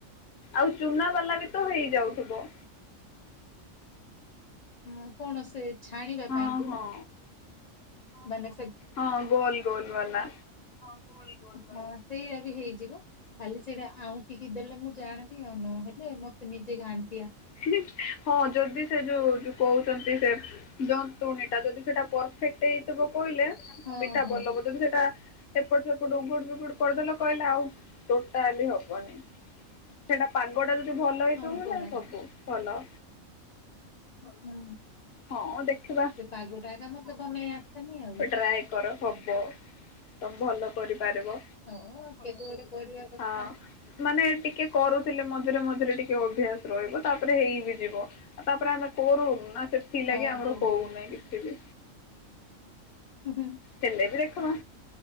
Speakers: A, on the left; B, on the left.
A: ଆଉ ଚୁନା ବାଲା ବି ତ ହେଇଯାଉଥିବ।
B: ହଁ କଣ ସେ ଛାଣିବା
A: ହଁ
B: ପାଇଁ ତ
A: ହଁ
B: ମାନ
A: ହଁ ଗୋଲ ଗୋଲ ବାଲା
B: ହଁ ସେଇଟା ବି ହେଇଯିବ ଖାଲି ସେଇଟା ଆଉ ଟିକେ ଦେଲେ ମୁଁ ଜାଣବି ଆଉ ନ ହେଲେ ମତେ ନିଜେ ଘାଣ୍ଟିଆ
A: <unintelligible> ଯଦି ସେ ଯୋଉ ଯୋଉ କହୁଛନ୍ତି ସେ ଯନ୍ତୁଣୀ ଟା ଯଦି ସେଇଟା ପରଫେକ୍ଟ ହେଇଥିବ କହିଲେ
B: ହଁ
A: ପିଠା
B: ହଁ
A: ଭଲ ହବ ଯଦି ସେଇଟା ଏପଟ ସେପଟ ଙ୍ଗୁ କରଦ କହିଲେ ଆଉ ଟୋଟାଲି ହବନି ସେଟା ପାଗଟା ଯଦି ଭଲ ହେଇଥିବ
B: ହଁ ପରା
A: ନା ସବୁ ଫଲ
B: ହ ହୁଁ।
A: ହଁ ଦେଖିବା
B: ସେ ପାଗଟା ଏକା ମତେ ବନେଇ ଆସେନି ଆଉ।
A: ଟ୍ରାଏ କର ହବ ତମେ ଭଲ କରିପାରିବ।
B: ହଁ କେବେ ଗୋଟେ କରିବା କଥା
A: ହଁ ମାନେ ଟିକେ କରୁଥିଲେ ମଝିରେ ମଝିରେ ଟିକେ ଅଭ୍ୟାସ ରହିବ ତାପରେ ହେଇ ବିି ଯିବ ତାପରେ ଆମେ କର ନା ସେ ଥିଲାଗି
B: ହଁ
A: ଆମର
B: ପରା
A: ହଉନାହିଁ
B: ହୁଁ
A: କିଛି ବି
B: ହୁଁ
A: ଥେଲେ ବି ରଖମା